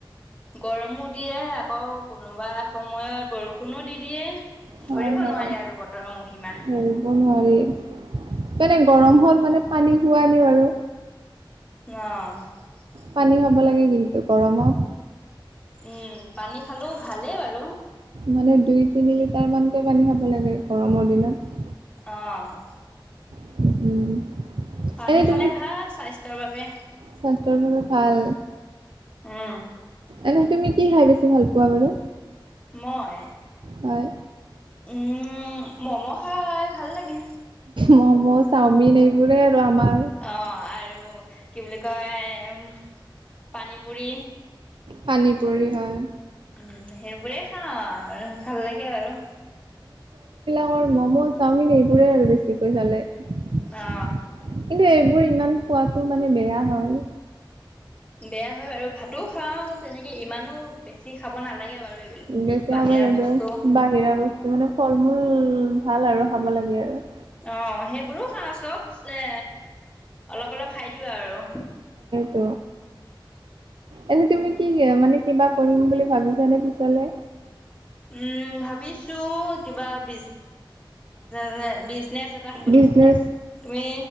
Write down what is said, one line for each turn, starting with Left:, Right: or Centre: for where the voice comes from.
Left: গৰমো দিয়ে, আকৌ কোনোবা সময়ত বৰষুণো দি দিয়ে।
Right: হয়,
Left: ধৰিব
Right: হয়।
Left: নোৱাৰি আৰু বতৰৰ মহিমা।
Right: ধৰিব নোৱাৰি। মানে গৰম হল মানে পানী খোৱা নি বাৰু
Left: অ',
Right: পানী খাব লাগে কিন্তু গৰমত।
Left: উম, পানী খালোঁ ভালে বাৰু।
Right: মানে দুই তিনি লিটাৰ মানকৈ পানী খাব লাগে গৰমৰ দিনত।
Left: অ',
Right: উ উম
Left: পানী
Right: এনে
Left: খালে
Right: তুমি
Left: ভাল স্বাস্থ্যৰ বাবে
Right: স্বাস্থ্যৰ বাবে ভাল
Left: উম,
Right: এনে তুমি কি খাই বেছি ভাল পোৱা বাৰু?
Left: মই,
Right: হয়
Left: উম মম' খাই ভাল লাগে।
Right: মম' চাওমিন এইবোৰে আৰু আমাৰ
Left: অ আৰু কি বুলি কয় পানী পুৰি
Right: পানীপুৰি হয়,
Left: উম, সেইবোৰে খাওঁ আৰু ভাল লাগে আৰু।
Right: ৰুল ম'ম' চাওমিন এইবোৰে আৰু বেছিকৈ চলে। কিন্তু
Left: অ
Right: এইবোৰ ইমান খোৱাটো মানে বেয়া হয়।
Left: বেয়া হয় বাৰু ভাতো খাও, তেনেকে ইমানো বেছি খাব নালাগে বাৰু। এইবিলাক
Right: বেছি
Left: বাহিৰা
Right: খাব লাগে
Left: বস্তু
Right: বাহিৰা বস্তু মানে ফল মূল। ভাল আৰু খাব লাগে আৰু।
Left: অ', সেইবোৰো খাওঁ চব এ অলপ অলপ খাই দিওঁ আৰু।
Right: ত' এনেই তুমি কি মানে কিবা কৰিম বুলি ভাবিছানে পিছলে?
Left: উম, ভাবিছোঁ কিবা বিজ, আহ বিজ নেছ এটা খুলিম
Right: বিজনেচ
Left: বুলি। তুমি,